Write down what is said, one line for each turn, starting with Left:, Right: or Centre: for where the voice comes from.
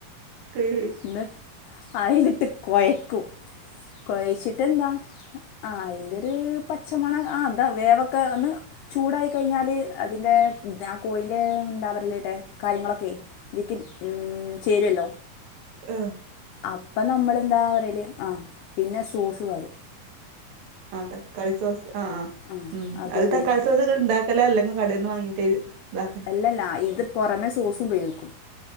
Right: ഏ
Left: എന്ന് അതിലിട്ട് കോഴക്കും കൊഴച്ചിട്ട് എന്താ ആഹ് അയിന്റെ ഇത് പച്ചമണ ആഹ് അതാ വേവക്കന്ന് ചൂടായി കഴിഞ്ഞാല് അതിന്റെ കോഴിന്റെ എന്താ പറലട്ടെ കാര്യങ്ങളൊക്കെ അതിലേക്ക് ഉം ചേരുവല്ലോ
Right: ആഹ്..,
Left: അപ്പോ നമ്മൾെന്താ പറയല്, ആഹ് പിന്നെ സോസ് വരും.
Right: ആഹ് തക്കാളി സോസ് ആഹ്, ആഹ്,
Left: ആ
Right: ഉം...,
Left: അത് ഉപയോഗിക്കും
Right: തക്കാളി സോസ്ക്കേ ഉണ്ടാ- ക്കല്ലല്ലാ കട നിന്ന് വാങ്ങിട്ട്- ഇതാക്കണം.
Left: അല്ലല്ല ഇത് പുറമെ സോസും- ഉപയോഗിക്കും.